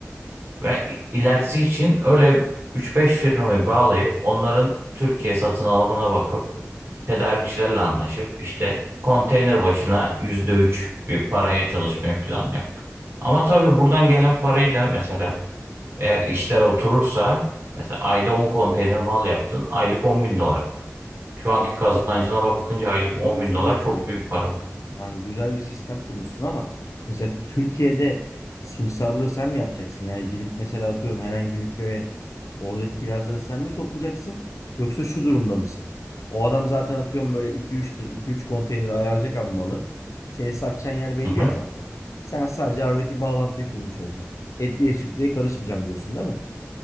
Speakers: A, on the right; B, on the left.
A: Ve ilerisi için öyle 3-5 firmayı bağlayıp onların Türkiye satın alımına bakıp tedarikçilerle anlaşıp işte konteyner başına %3 bir paraya çalışmayı planlıyor. Ama tabii buradan gelen parayı da mesela Eğer işler oturursa mesela ayda 10 konteyner mal yaptın aylık on bin dolar. Şu anki
B: Peki,
A: kazancına bakınca aylık
B: Sana
A: on
B: bir
A: bin
B: soru
A: dolar
B: sorayım.
A: çok büyük para.
B: Yani güzel bir sistem kurmuşsun ama mesela Türkiye'de simsarlığı sen mi yapacaksın? Yani gidip mesela atıyorum herhangi bir köye oradaki kirazları sen mi toplayacaksın? Yoksa şu durumda mısın? O adam zaten atıyorum böyle iki üç tır, iki üç konteyner ayarlayacak ama malı. Seni satacağın yer belli
A: Hı
B: ya
A: hı.
B: zaten. Sen sadece aradaki bağlantıyı kurmuş olacaksın. Etliye sütlüye karışmayacağım diyorsun değil mi?